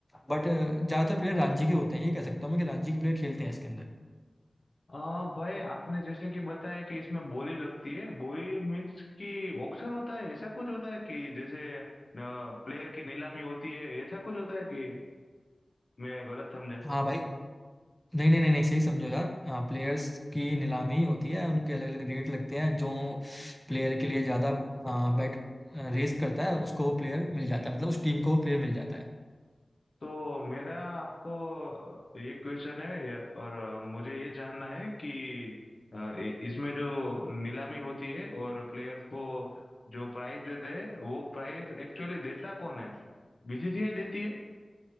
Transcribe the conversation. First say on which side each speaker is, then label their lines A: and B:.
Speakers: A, in the centre; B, on the left.
A: बट ज्यादातर प्लेयर रणजी के होते हैं ये कह सकता हूँ मैं कि रणजी के प्लेयर खेलते हैं इसके अंदर
B: आ, भाई आपने जैसे कि बताया कि इसमें बोली लगती है बोली मीन्स कि ऑक्शन होता है ऐसा कुछ होता है कि जैसे प्लेयर की नीलामी होती है ऐसा कुछ होता है कि मैं गलत समझा
A: हाँ भाई नहीं नहीं नहीं नहीं सही समझो यार प्लेयर्स की नीलामी होती है उनके अलग अलग रेट लगते हैं जो प्लेयर के लिए ज्यादा बेट रेस करता है उसको वो प्लेयर मिल जाता है मतलब उस टीम को वो प्लेयर मिल जाता है
B: तो मेरा आपको अ, ये क्वेश्चन है ये- और अ, मुझे ये जानना है कि अ, इ- इसमें जो नीलामी होती है और प्लेयर को जो प्राइस देते हैं वो प्राइस एक्चुअली देता कौन है बीसीसीआई देती है